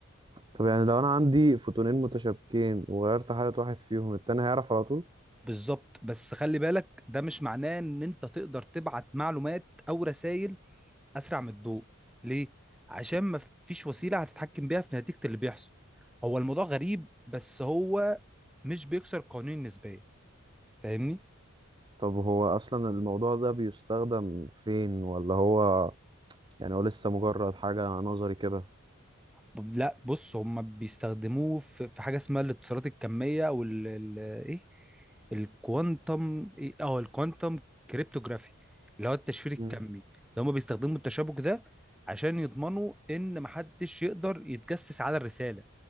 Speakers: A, on the right; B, in the centre.
A: طب يعني لو انا عندي فوتونين متشابكين وغيرت حالة واحد فيهم التاني هيعرف على طول
B: بالظبط بس خلي بالك ده مش معناه ان انت تقدر تبعت معلومات او رسائل اسرع من الضوء ليه عشان ما فيش وسيله هتتحكم بيها في نتيجه اللي بيحصل هو الموضوع غريب بس هو مش بيكسر قانون النسبيه فاهمني
A: طب هو أصلا الموضوع ده بيستخدم فين ولا هو يعني هو لسه مجرد حاجة نظري كده
B: ب- لا بص هم بيستخدموه في في حاجه اسمها الاتصالات الكميه وال ال- ايه الكوانتم ايه اه الكوانتم كريبتوغرافي اللي هو التشفير الكمي
A: مم.
B: اللي هم بيستخدموا التشابك ده عشان يضمنوا ان محدش يقدر يتجسس على الرساله